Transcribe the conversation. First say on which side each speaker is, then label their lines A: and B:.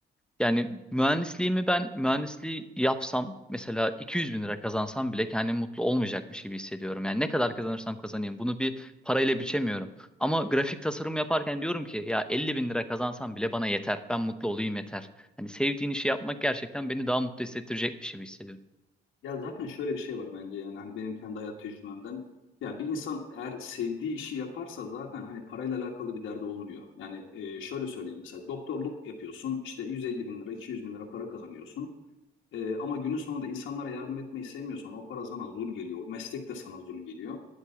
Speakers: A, in the centre; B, on the left.
A: Yani mühendisliğimi ben mühendisliği yapsam mesela 200 bin lira kazansam bile kendimi mutlu olmayacakmış gibi hissediyorum. Yani ne kadar kazanırsam kazanayım bunu bir parayla biçemiyorum. Ama grafik tasarım yaparken diyorum ki ya 50 bin lira kazansam bile bana yeter. Ben mutlu olayım yeter. Hani sevdiğin işi yapmak gerçekten beni daha mutlu hissettirecekmiş gibi hissediyorum.
B: Ya zaten şöyle bir şey var bence yani hani benim kendi hayat tecrübemden. Ya bir insan eğer sevdiği işi yaparsa zaten hani parayla alakalı bir derdi olmuyor. Yani e, şöyle söyleyeyim mesela doktorluk yapıyorsun işte 150 bin lira 200 bin lira para kazanıyorsun. E, ama günün sonunda insanlara yardım etmeyi sevmiyorsan o para sana zul geliyor. O meslek de sana zul geliyor.